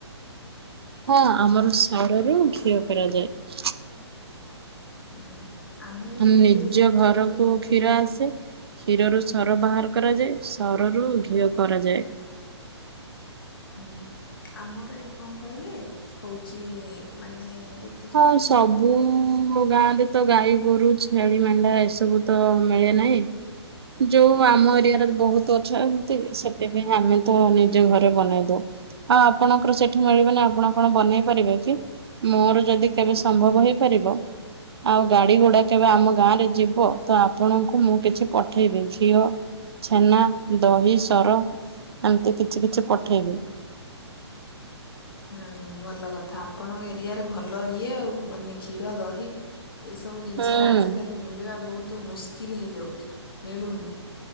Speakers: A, on the right (about 60°); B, on the left (about 50°).
A: ହଁ ଆମର ସର ରୁ
B: ହଁ।
A: ଘିଅ କରାଯାଏ।
B: ଉଁ। ଆମେ
A: ନିଜ
B: ଗୋଟେ ଜାଣିଛନ୍ତି
A: ଘରକୁ
B: ଗୋଟେ ଏବେ
A: କ୍ଷୀର ଆସେ। କ୍ଷୀରରୁ ସର ବାହାର କରାଯାଏ ସରରୁ ଘିଅ କରାଯାଏ।
B: ହୁଁ ଆମର ଏବେ କଁ କହିଲେ ହଉଛି ମାନେ ଯେ
A: ହଁ ସବୁ ଗାଁରେ। ତ ଗାଈ ଗୋରୁ ଛେଳି ମଣ୍ଢା ଏସବୁ ତ ମିଳେ ନାହିଁ ଯୋଉ ଆମ ଏରି ଆରେ ବହୁତ ଅଛନ୍ତି ସେଥିପାଇଁ ଆମେ ତ ନିଜ ଘରେ ବନେଇ ଦଉ। ଆଉ ଆପଣଙ୍କର ସେଠି ମିଳିବ ନାହିଁ ଆପଣ କଣ ବନେଇ ପାରିବେ କି। ମୋର ଯଦି କେବେ ସମ୍ଭବ
B: ହୁଁ
A: ହେଇପାରିବ ଆଉ ଗାଡି ଗୁଡା କେବେ ଆମ ଗାଁ ରେ ଯିବ ତ ଆପଣଙ୍କୁ ମୁଁ କିଛି ପଠେଇବି ଘିଅ ଛେନା। ଦହି ସର ଏମିତି କିଛି କିଛି ପଠେଇବି।
B: ହୁଁ ହଁ ଭଲ କଥା ଆପଣଙ୍କ ଏରିଆରେ ଭଲ ଇଏ ଆଉ ମାନେ। କ୍ଷୀର ଦହି ଏହିଇସବୁ ଜିନିଷ
A: ହୁଁ।
B: ଗୁରା ଆଜିକାଲି ମିଳିବା ବହୁତ ମୁସ୍କ କିଲ୍ ହେଇଯାଉଛି ମିଳୁନି